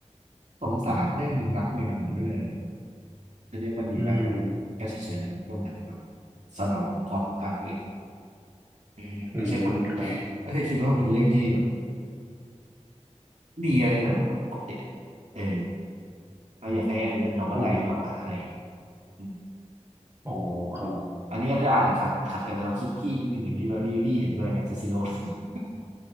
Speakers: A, on the right; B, on the right.
A: สงสารเรื่องหนึ่งรักแมวอยู่ด้วยเลยจะเรียกว่าดีมากอะไรก็มันก็เฉยๆนะมันก็เหมือนแบบ
B: อืม
A: สนองความต้องการตัวเองเออไม่ใช่คน
B: อืมครับ
A: <laughs> ไม่ได้คิดว่าเป็นเรื่องที่แบบดีอะไรขนาดนั้นว่าปกติอะเออเราอยากให้อันนี้เป็นน o r m a
B: อ๋อ
A: ั i z e มากกว่าอะไรอย่างเงี้ยอืม
B: อ๋อครับ
A: อันนี้ก็อาจจะขัดขัดกับแนวคิดพี่นิดนึงอย่างนี้แบบพี่พี่เห็นด้วยกันคาซิโน <laughs>